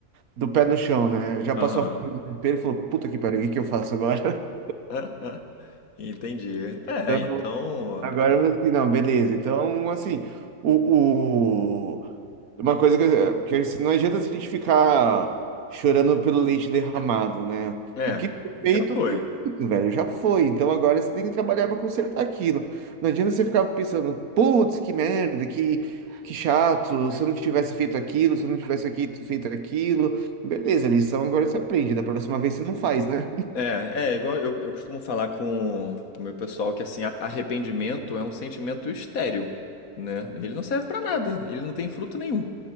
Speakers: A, on the right; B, on the left.
A: do pé no chão, né? Já passou
B: Aham.
A: a fase do desespero e falou, puta que pariu, o que que eu faço agora? <laughs>
B: Ah, ah. Entendi. É,
A: Então,
B: então
A: agora eu falei assim, não, beleza. Então, assim, o, o- uma coisa que, eu- que assim, não adianta a gente ficar chorando pelo leite derramado, né?
B: É,
A: O que foi feito,
B: já foi.
A: O velho já foi, então agora você tem que trabalhar para consertar aquilo. Não adianta você ficar pensando, putz, que merda, que, que chato, se eu não tivesse feito aquilo, se eu não tivesse aqui feito aquilo. Beleza, lição agora você aprende, da próxima vez você não faz, né?
B: É, é igual eu, eu costumo falar com com o meu pessoal que assim, a- arrependimento é um sentimento estéril, né? Ele não serve pra nada, ele não tem fruto nenhum.